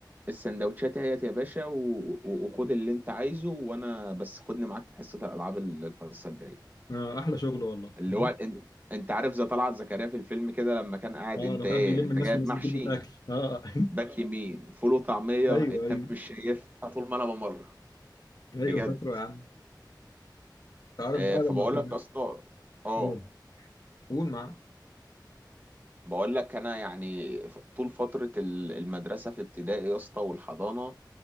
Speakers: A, on the right; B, on the left.
A: السندوتشات اهيت يا باشا و... و... وخد اللي انت عايزه وانا بس خدني معاك في حصه الالعاب ال- الحصه الجايه
B: اه احلى شغل والله
A: اللي
B: مم.
A: هو انت, انت عارف زي طلعت زكريا في الفيلم كده لما كان قاعد
B: اه
A: انت
B: لو
A: ايه
B: كان بيلم
A: انت
B: الناس
A: جايب
B: والناس
A: محشي
B: بتجيب له الاكل اه <laughs>
A: باك يمين فول وطعميه
B: ايوه
A: انت
B: ايوه
A: مش شايفها طول ما انا بمر
B: ايوه
A: بجد
B: فاكره يا عم تعرف
A: آه
B: بقى
A: فبقول
B: لما كنا
A: لك يا اسطى اه
B: اوه قول معاك
A: بقول لك انا يعني ف- طول فتره ال- المدرسه في ابتدائي يا اسطى والحضانه